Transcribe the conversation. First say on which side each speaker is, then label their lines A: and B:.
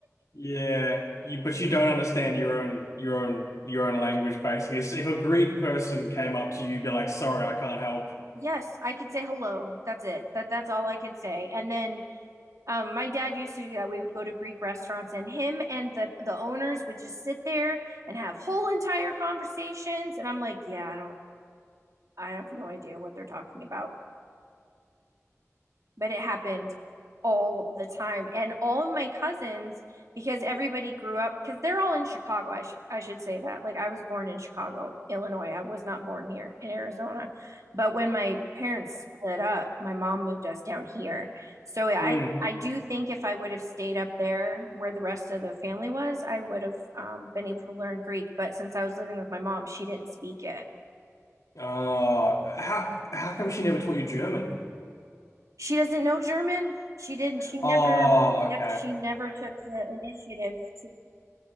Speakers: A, on the left; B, on the right.
A: Yeah, you, but you don't understand your own your own your own language basically. So if a Greek person came up to you, be like, "Sorry, I can't help."
B: <laughs> yes, I could say hello. That's it. That that's all I could say. And then Um, my dad used to do that. We would go to Greek restaurants, and him and the the owners would just sit there and have whole entire conversations. And I'm like, yeah, I don't, I have no idea what they're talking about but it happened all the time. And all of my cousins, because everybody grew up, because they're all in Chicago. I should I should say that. Like I was born in Chicago, Illinois. I was not born here in Arizona. But when my parents split up, my mom moved us down here. So I
A: Hmm.
B: I do think if I would have stayed up there where the rest of the family was, I would have um, been able to learn Greek. But since I was living with my mom, she didn't speak it.
A: Oh, how how come she never taught you German?
B: She doesn't know German. She didn't. She never.
A: Oh,
B: Yep.
A: okay.
B: She never took the initiative to,